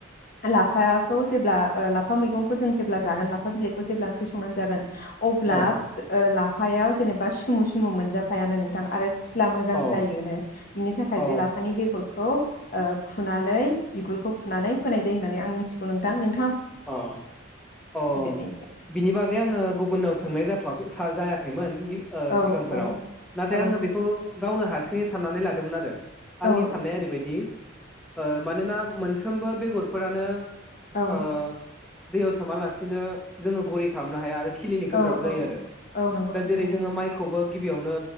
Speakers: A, on the left; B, in the centre.
A: लाफाखौ जेब्ला लाफा मैगंखौ जों जेब्ला जागोन लाफा बिलाइखौ जेब्ला ओंख्रि संनानै जागोन अब्ला
B: औ
A: ओ ला फायाव जेनेबा सुमु सुमु मोनजाफायानो नों थां आरो फिस्ला मोजां
B: औ
A: जायोनो बिनि थाखाय
B: अ
A: बे लाफानि बेगर खौ ओ खुनानै बिगुरखौ खुनानै फोनाय जायो होननानै आं मिथिगौ नोंथां नों
B: अ अ बिनि अ
A: दे एसे
B: बिनि बागै आङो गुबुननाव सोंनाय जाथवाखै सा जायाखैमोन गि ओ
A: औ
B: सिगांफोराव
A: औ
B: नाथाय
A: औ
B: आङो बेखौ गावनो हारसिङै साननानै लादोंमोनआरो
A: औ
B: आंनि साननाया ओरैबायदि ओ मानोना मोनफ्रोमबो बेगरफोरानो ओ
A: औ औ
B: दैयाव सोमालासिनो जोङो गुरै खालामनो हाया आरो खिलिनो गोब्राब
A: औ
B: जायोआरो
A: औ औ नंगौ
B: दा
A: नोंथां
B: जेरै
A: औ
B: जोङो माइखौबो गिबियावनो